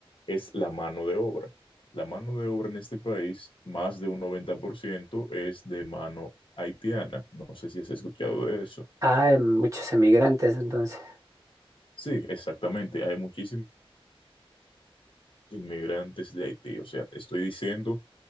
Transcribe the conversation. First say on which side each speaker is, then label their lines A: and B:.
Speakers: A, on the left; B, on the right.
A: es la mano de obra. La mano de obra en este país, más de un 90% es de mano haitiana. No sé si has escuchado de eso.
B: Ah, muchos emigrantes, entonces.
A: Sí, exactamente. Hay muchísimos inmigrantes de Haití. O sea, te estoy diciendo